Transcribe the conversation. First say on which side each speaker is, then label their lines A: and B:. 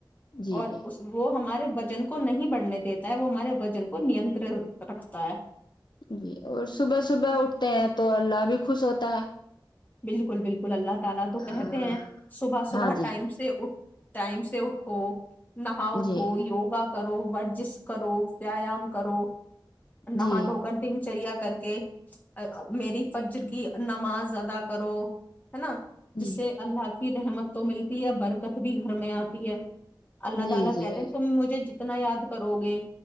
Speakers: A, on the left; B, on the left.
A: جی
B: اور
A: جی
B: اس وہ ہمارے بجن کو نہیں بڑھنے دیتا ہے وہ ہمارے وجن کو ننتر رکھتا ہے
A: جی اور صبح صبح اٹھتے ہیں تو اللہ بھی خوش ہوتا ہے
B: بالکل بالکل اللہ تالا تو کہتے
A: ہاں
B: ہیں صبح صبح
A: ہاں جی
B: ٹائم سے اٹھ ٹائم سے اٹھو نہاؤ
A: جی
B: دھوؤ یوگا کرو ورزش کرو ویایام کرو نہا
A: جی
B: دھو کر دنچریا کا کر کے میری فجر کی نماز ادا کرو ہے نا جس
A: جی
B: سے اللہ کی کی رحمت تو ملتی ہے برکت بھی گھر میں آتی ہے اللہ
A: جی
B: تعالی
A: جی
B: کہتے ہیں تم مجھے ج کتنا یاد کرو گے